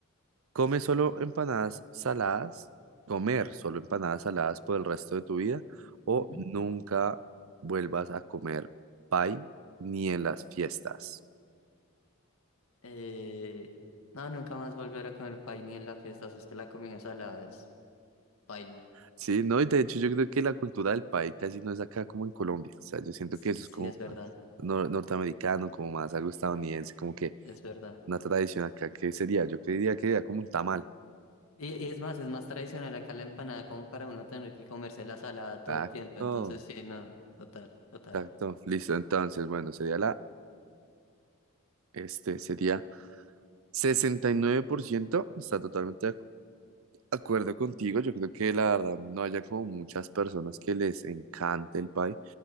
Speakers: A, on the right (about 70°); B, on the left (about 75°).
A: ¿Come solo empanadas saladas? ¿Comer solo empanadas saladas por el resto de tu vida? ¿O
B: Ujú.
A: nunca vuelvas a comer pie ni en las fiestas?
B: Eh, no, nunca más volver a comer pay ni en las fiestas. Es que la comida salada es paila.
A: Sí, no, y de hecho yo creo que la cultura del pie casi no es acá como en Colombia. O sea, yo siento
B: S-
A: que eso
B: Sí,
A: es como
B: es verdad.
A: más nor- norteamericano, como más algo estadounidense, como que
B: Es verdad.
A: una tradición acá que sería, yo creería que sería como un tamal.
B: Y, y es más, es más tradicional acá la empanada como para uno tener que comerse la salada todo
A: Exacto,
B: el tiempo. Entonces, sí, no, total, total.
A: exacto. Listo, entonces, bueno, sería la, este, sería... 69% está totalmente de acuerdo contigo, yo creo que la verdad no haya como muchas personas que les encante el pie.